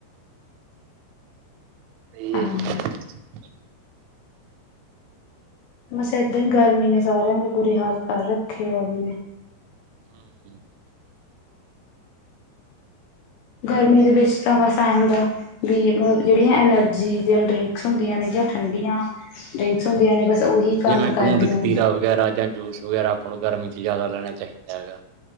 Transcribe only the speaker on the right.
ਸਹੀ
ਹੈ ਜੀ।
ਹਮ।
ਜਿਵੇਂ
ਗੂੰਦ ਕਤੀਰਾ
ਵਗੈਰਾ ਜਾਂ ਜੂਸ ਵਗੈਰਾ ਆਪਾਂ ਨੂੰ ਗਰਮੀ 'ਚ ਜ਼ਿਆਦਾ ਰਹਿਣਾ ਚਾਹੀਦਾ ਹੈਗਾ।